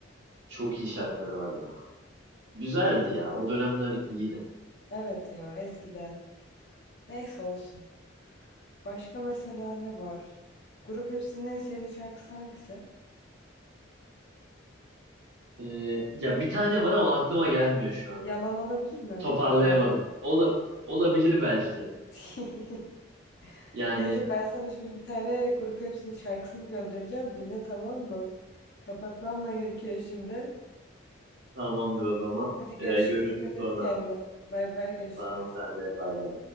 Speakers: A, on the right; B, on the left.
A: çok iyi şarkıları var ya. Güzeldi ya. O dönemler iyiydi.
B: Evet ya eskiden. Neyse olsun. Başka mesela ne var? Grup Hepsi'nin en sevdiği şarkısı hangisi?
A: Ee, ya bir tane var ama aklıma gelmiyor şu an.
B: Yalan olabilir mi?
A: Toparlayamadım.
B: Yalan.
A: Ola, olabilir belki.
B: <laughs>
A: Yani
B: Neyse ben sana şimdi bir tane Grup Hepsi'nin şarkısını göndereceğim. Dinle tamam mı? Kapatmam da gerekiyor şimdi.
A: tamamdır o zaman.
B: Hadi görüşürüz.
A: Ee, görüşürüz
B: Dikkat
A: sonra.
B: et kendine. Bay bay görüşürüz.
A: Sağ ol sen de. Bay bay.